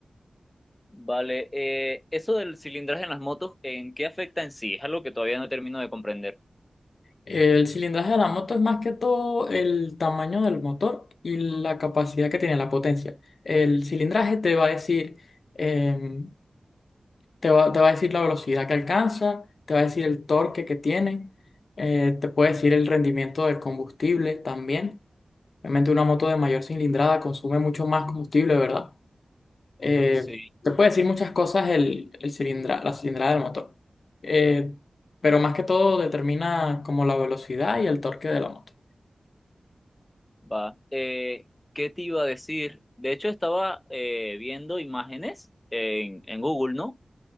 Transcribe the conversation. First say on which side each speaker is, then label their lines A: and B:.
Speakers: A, on the left; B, on the left.
A: Vale, eh, eso del cilindraje en las motos, ¿en qué afecta en sí? Es algo que todavía no termino de comprender.
B: El cilindraje de la moto es más que todo el tamaño del motor y la capacidad que tiene, la potencia. El cilindraje te va a decir, em, te va, te va a decir la velocidad que alcanza, te va a decir el torque que tiene, eh, te puede decir el rendimiento del combustible también. Obviamente una moto de mayor cilindrada consume mucho más combustible, ¿verdad? Eh,
A: Sí,
B: te puede decir muchas cosas el, el cilindra, la cilindrada del motor, Eh, pero más que todo determina como la velocidad y el torque de la moto.
A: va. Eh, ¿qué te iba a decir? De hecho, estaba eh, viendo imágenes en, en Google, ¿no?